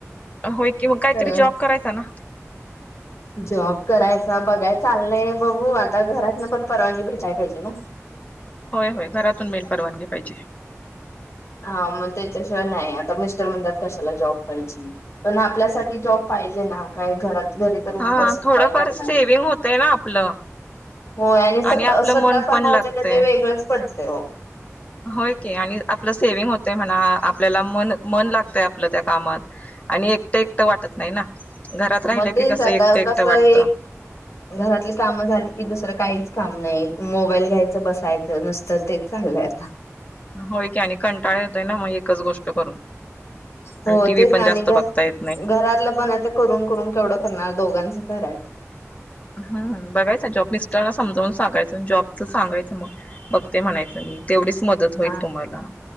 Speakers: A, on the left; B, on the left.
A: होय कि मग काईतरी
B: सगळं
A: जॉब करायचा ना
B: जॉब करायचा बघाय चाललय बघू आता घरात न पण परवानगी भेटाय पाइजे ना.
A: होय होय घरातून मेन परवानगी पाहिजे.
B: हा मग त्याच्याशिवाय नाई आता मिस्टर म्हणतात कशाला जॉब पाहिजे पण आपल्यासाठी जॉब पाहिजे ना, काय घरात घरी तरून
A: हा
B: बसून
A: थोडंफार
B: काय करणार?
A: सेविंग होतय ना आपलं
B: हो आणि सता
A: आपलं
B: स्वतः
A: मन
B: कमावल्या
A: पण लागतय
B: तर ते वेगळच पडते हो.
A: होय के आणि आपल सेवव्हीग हो ते म्हणा आपल्याला मन मन लागतय आपलं त्या कामात आणि एकट एकट वाटत नाई ना घरात राहिलं
B: म तेच
A: की कसं
B: आता
A: एकटं एकटं
B: कस
A: वाटतं
B: एक घरातली काम झाली कि दुसर काहीच काम नाही मोबाईल घ्यायच बसायच नुसत तेच चाललय आता
A: होय की आणि कंटाळ येतोय ना मग एकच गोष्ट करून.
B: हो
A: आणि टी व्ही
B: तेच
A: पण
B: ना
A: जास्त
B: आणि ग
A: बघता येत नाही
B: घरातल पण आ ते करून करून केवढ करणार दोघांच करायच
A: हम् बघायचा जॉब मिस्टरला समावून सांगायच जॉबच सांगायच मग बघते म्हणायच मी. तेवढीच मदत होईल
B: हा
A: तुम्हाला